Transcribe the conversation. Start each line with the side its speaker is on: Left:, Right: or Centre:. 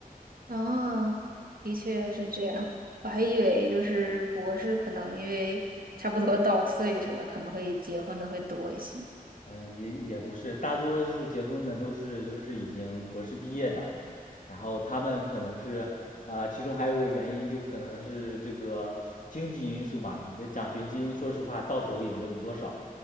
Right: 啊，的确是这样。我还以为就是博士可能因为差不多到岁数了，可能会结婚的会多一些。
Left: 嗯，也也不是，大多数结婚的都是就是已经博士毕业的，然后他们可能是，呃，其中还有一个原因就可能是这个经济因素嘛，你的奖学金说实话到手也没有多少，